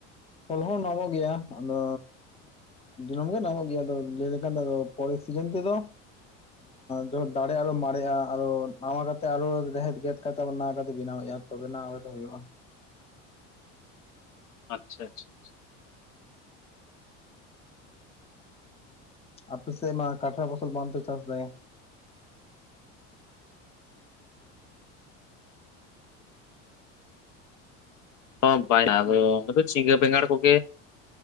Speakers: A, on the left; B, on the left.
A: ᱯᱷᱚᱞ ᱦᱚᱸ ᱧᱟᱢᱚᱜ ᱜᱮᱭᱟ᱾ ᱟᱫᱚ ᱫᱤᱱᱟᱹᱢ ᱜᱮ ᱧᱟᱢᱚᱜ ᱜᱮᱭᱟ ᱟ ᱞᱟᱹᱭ ᱞᱮᱠᱷᱟᱱ ᱯᱚᱨᱮᱨ ᱥᱤᱡᱮᱱ ᱛᱮᱫᱚ ᱡᱚᱠᱷᱚᱱ ᱫᱟᱲᱮ ᱟᱨᱚ ᱢᱟᱨᱮᱜᱼᱟ ᱟᱨᱚ ᱱᱟᱣᱟ ᱠᱟᱛᱮ ᱟᱨᱚ ᱨᱮᱦᱮᱫ ᱜᱮᱫ ᱠᱟᱛᱮᱜᱚ ᱱᱟᱣᱟ ᱠᱟᱛᱮ ᱵᱮᱱᱟᱣ ᱮᱼᱟ ᱛᱚᱵᱮᱱᱟ ᱦᱟᱭ ᱫᱚ ᱦᱩᱭᱩᱜᱼᱟ
B: ᱟᱪᱪᱷᱟ ᱟᱪᱷᱟᱷᱟ
A: ᱟᱯᱮ ᱥᱮ ᱢᱟ ᱠᱟᱴᱨᱟ ᱯᱷᱚᱥᱚᱞ ᱵᱟᱝᱯᱮ ᱪᱟᱥ ᱫᱟᱭ
B: ᱚ ᱵᱟᱭ ᱟᱫᱚ ᱡᱷᱤᱸᱜᱟᱹ ᱵᱮᱜᱟᱟᱲ ᱠᱚᱠᱮ